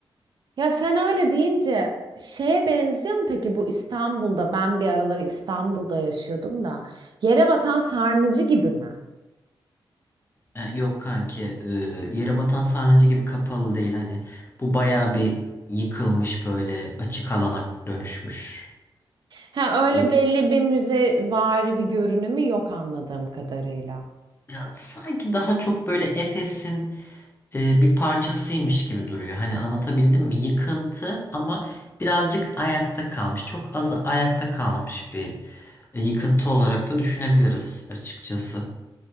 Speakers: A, on the right; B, on the left.
A: Ya sen öyle deyince şeye benziyor mu peki bu İstanbul'da ben bir araları İstanbul'da yaşıyordum da yere batan sarnıcı gibi mi?
B: E, Yok kanki e, yere batan sarnıcı gibi kapalı değil hani. Bu bayağı bir yıkılmış böyle açık alana dönüşmüş.
A: Ha öyle
B: Evet.
A: belli bir müzevari bir görünümü yok anladığım kadarıyla.
B: Ya sanki daha çok böyle Efes'in e, bir parçasıymış gibi duruyor. Hani anlatabildim mi? Yıkıntı ama birazcık ayakta kalmış. Çok az ayakta kalmış bir e, yıkıntı olarak da düşünebiliriz açıkçası.